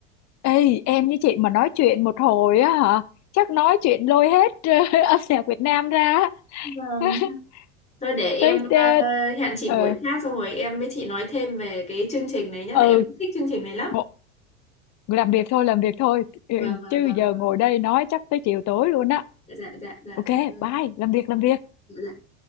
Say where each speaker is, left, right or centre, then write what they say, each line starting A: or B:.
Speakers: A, on the left; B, on the left.
A: Ê, em với chị mà nói chuyện một hồi á hả chắc nói chuyện lôi hết <laughs> âm nhạc Việt Nam ra
B: Vâng.
A: á. <laughs>
B: Thôi để em
A: tới
B: ờ, hẹn chị
A: ờ,
B: buổi khác xong rồi em với chị nói thêm về cái chương trình này nhá,
A: ờ
B: tại em
A: ừ
B: thích chương trình này lắm.
A: ngộ- làm việc thôi làm việc thôi Ừ,
B: Vâng vâng
A: chứ
B: vâng
A: giờ
B: vâng.
A: ngồi đây nói chắc tới chiều tối luôn á
B: Dạ dạ dạ.
A: ok
B: Vâng.
A: bye làm việc làm việc
B: Dạ.